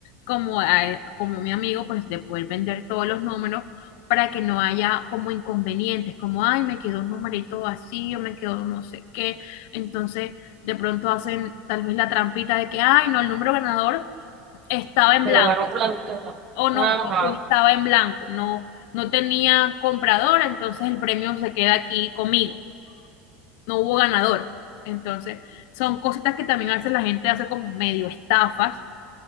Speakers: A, on the left; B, on the right.
A: como, a- como mi amigo pues de poder vender todos los números para que no haya como inconvenientes, como ay, me quedó un numerito vacío, me quedó no sé qué. Entonces de pronto hacen tal vez la trampita de que ay, no, el número ganador estaba en
B: Se
A: blanco
B: lo ganó fulanito. y no.
A: o no,
B: Ajá.
A: o, o estaba en blanco, no, no tenía comprador, entonces el premio se queda aquí conmigo. no hubo ganador. Entonces, son cositas que también a veces la gente hace como medio estafas,